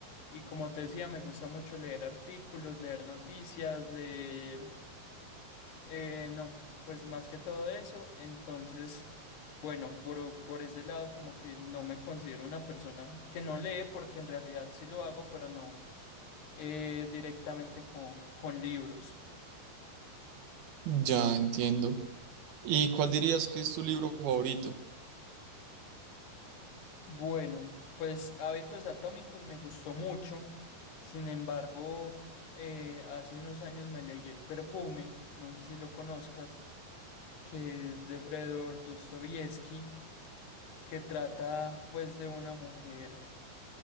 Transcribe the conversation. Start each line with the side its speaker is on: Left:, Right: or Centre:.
Left: Y como te decía, me gusta mucho leer artículos, leer noticias, leer... eh, no, pues más que todo eso. Entonces, bueno, por, por ese lado como que no me considero una persona que no lee porque en realidad sí lo hago, pero no eh, directamente con, con libros.
Right: Ya entiendo. ¿Y cuál dirías que es tu libro favorito?
Left: Bueno, pues Hábitos Atómicos me gustó mucho. Sin embargo, mm, eh, hace unos años me leí El Perfume, no sé si lo conozcas, que es de Fredor Dostoyevsky, que trata pues de una mujer.